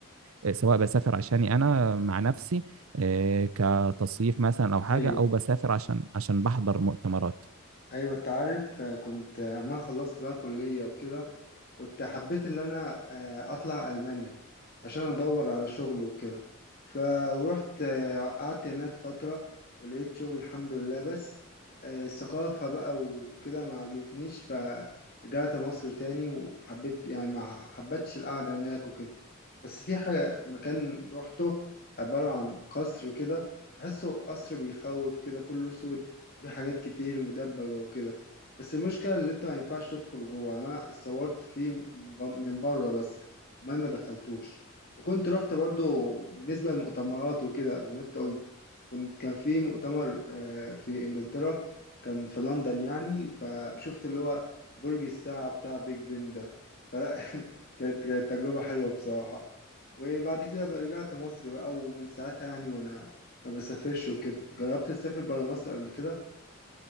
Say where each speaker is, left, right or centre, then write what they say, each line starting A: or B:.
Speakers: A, on the right; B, on the left.
A: آه، سواء بسافر عشاني أنا مع نفسي آه، كتصيف مثلا أو حاجة
B: ايوه
A: أو بسافر عشان عشان بحضر مؤتمرات
B: ايوه انت عارف آه، كنت آه، اما خلصت بقى كلية وكده كنت حبيت ان انا آه، اطلع المانيا عشان ادور على شغل وكده فروحت آه، قعدت هناك فترة ولقيت شغل الحمد لله بس آه، الثقافة بقى وكده ما عجبتنيش فرجعت مصر تاني وحبيت يعني ما حبيتش القعدة هناك وكده بس في حاجة مكان روحته عبارة عن قصر كده تحسه قصر بيخوف كده كله سود وفي حاجات كتير مدببة وكده بس المشكلة اللي انت ما ينفعش تدخل جوه يعني انا اتصورت فيه من ب- من بره بس المهم ما دخلتوش وكنت رحت برضو بالنسبة للمؤتمرات وكده زي ما انت قلت كنت كان في مؤتمر آه، في انجلترا كان في لندن يعني فشفت اللي هو برج الساعة بتاع بيج بن ده فلا <laughs> كانت كانت تجربة حلوة بصراحة وبعد كده بقى رجعت مصر بقى ومن ساعتها يعني وانا ما بسافرش وكده جربت تسافر برا مصر قبل كده